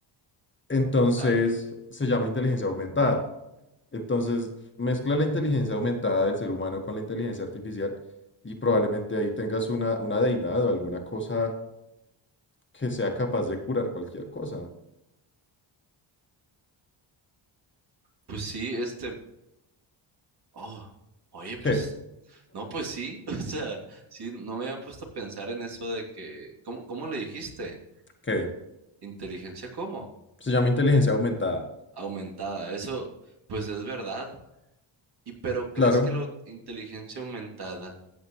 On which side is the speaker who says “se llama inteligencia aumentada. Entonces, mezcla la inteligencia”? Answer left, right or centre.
Left